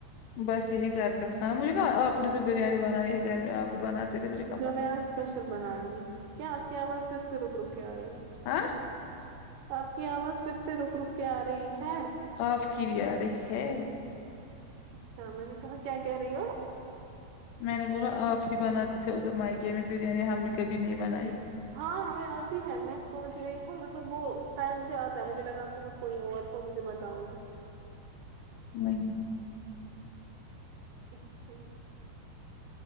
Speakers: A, on the left; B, on the right.
A: بس یہی گھر کا کھانا مجھے کہا آپ نے تو بریانی بنائی ہے گھر میں آپ بناتے کہاں
B: جو
A: پتہ
B: میں آج اسپیشل بناؤں گی کیا آپ کی آواز پھر سے رک رک کے آ رہی ہے
A: آ
B: آپ کی آواز پھر سے رک رک کے آ رہی ہے
A: آپ کی بھی آ رہی ہے
B: اچھا میں نے کہا کیا کہہ رہی ہو
A: میں نے بولا آپ ہی بناتے تھے ادھر میکے میں بریانی ہم نے کبھی نہیں بنائی
B: ہاں ہمیں آتی ہے میں سوچ رہی ہوں مطلب وہ شاید مجھے آتا ہے مجھے لگا آپ کو کوئی اور تو مجھے بتاؤ گی
A: نہیں
B: اچھا